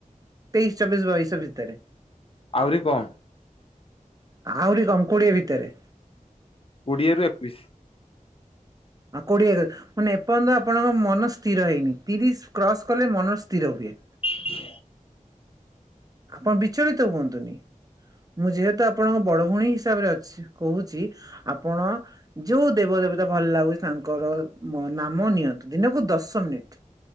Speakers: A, on the right; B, on the left.
A: ତେଇଶ୍ ଚବିଶ୍ ବୟସ ଭିତରେ।
B: ଆହୁରି କମ୍।
A: ଆହୁରି କମ୍ କୋଡିଏ ଭିତରେ
B: କୋଡ଼ିଏ ରୁ ଏକୋଇଶ।
A: ଆଉ କୋଡିଏ ଏକ ମାନେ ଏପର୍ଯ୍ୟନ୍ତ ଆପଣଙ୍କ ମନ ସ୍ଥିର ହେଇନି ତିରିଶ କ୍ରସ୍ କଲେ ମନ ସ୍ଥିର ହୁଏ।
B: ହ <unintelligible>
A: ଆପଣ ବିଚଳିତ କୁଅନ୍ତୁନି ମୁଁ ଯେହେତୁ ଆପଣଙ୍କ ବଡ ଭଉଣୀ ହିସାବରେ ଅଛି। କହୁଛି ଆପଣ। ଯୋଉ ଦେବ ଦେବତା ଭଲ ଲାଗୁଚି ତାଙ୍କର ନାମ ନିଅନ୍ତୁ ଦିନକୁ ଦଶ ମିନିଟ।